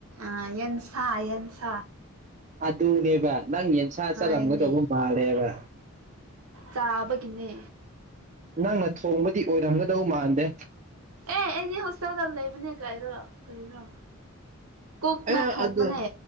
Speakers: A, on the right; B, on the right.
A: ꯑꯥ ꯌꯦꯟꯁꯥ ꯌꯦꯟꯁꯥ
B: ꯑꯗꯨꯅꯦꯕ ꯅꯪ ꯌꯦꯟꯁꯥ
A: ꯍꯣꯏꯅꯦ
B: ꯆꯠꯔꯝꯒꯗꯧꯕ ꯃꯥꯥꯜꯂꯦꯕ
A: ꯆꯥꯕꯒꯤꯅꯦ
B: ꯅꯪꯅ ꯊꯣꯡꯕꯗꯤ ꯑꯣꯏꯔꯝꯒꯗꯧ ꯃꯥꯟꯗꯦ
A: ꯑꯦ ꯑꯩꯗꯤ ꯍꯣꯁꯇꯦꯜꯗ ꯂꯩꯕꯅꯦ ꯀꯥꯏꯔꯣ ꯀꯔꯤꯔꯣ ꯀꯣꯛꯅ
B: ꯑꯦ
A: ꯊꯣꯡꯕꯅꯦ
B: ꯑꯗꯨ